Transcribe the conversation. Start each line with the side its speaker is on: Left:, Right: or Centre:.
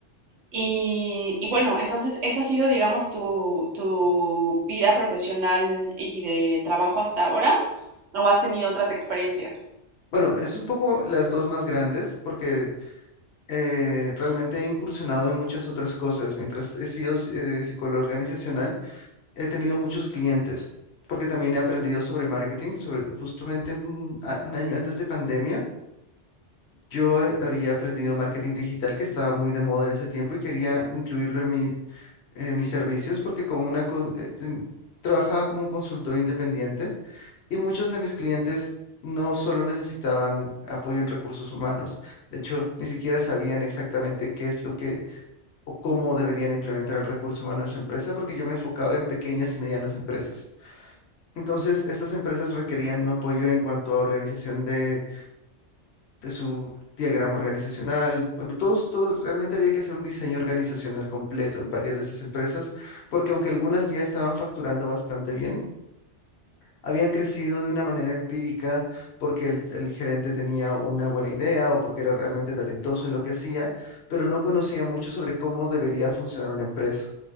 Right: Y, y bueno, entonces esa ha sido, digamos, tu, tu vida profesional y de trabajo hasta ahora, ¿o has tenido otras experiencias?
Left: Bueno, es un poco las dos más grandes porque eh, realmente he incursionado en muchas otras cosas. Mientras he sido eh, psicólogo organizacional, he tenido muchos clientes, porque también he aprendido sobre marketing, sobre justamente un, a- un año antes de pandemia. Yo eh, había aprendido marketing digital, que estaba muy de moda en ese tiempo y quería incluirlo en mi, en mis servicios, porque como una, co- eh, ten- trabajaba como un consultor independiente y muchos de mis clientes no solo necesitaban apoyo en recursos humanos, de hecho, ni siquiera sabían exactamente qué es lo que o cómo deberían implementar el recurso humano en su empresa, porque yo me enfocaba en pequeñas y medianas empresas. Entonces, estas empresas requerían un apoyo en cuanto a organización de, de su diagrama organizacional. Bueno, todos, todos, realmente había que hacer un diseño organizacional completo en varias de estas empresas, porque aunque algunas ya estaban facturando bastante bien, habían crecido de una manera empírica porque el, el gerente tenía una buena idea o porque era realmente talentoso en lo que hacía, pero no conocía mucho sobre cómo debería funcionar una empresa.